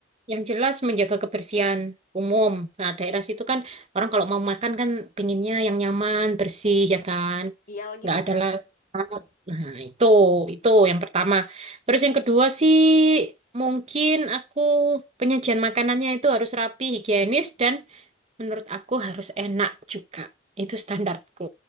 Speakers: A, on the right (about 35°); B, on the left (about 45°).
A: yang jelas menjaga kebersihan umum. Nah, daerah situ kan orang kalau mau makan kan pinginnya yang nyaman, bersih ya kan,
B: Iya lagi
A: nggak
B: bener.
A: ada lah. Nah, itu itu yang pertama. Terus yang kedua sih mungkin aku penyajian makanannya itu harus rapi, higienis dan menurut aku harus enak juga. Itu standarku.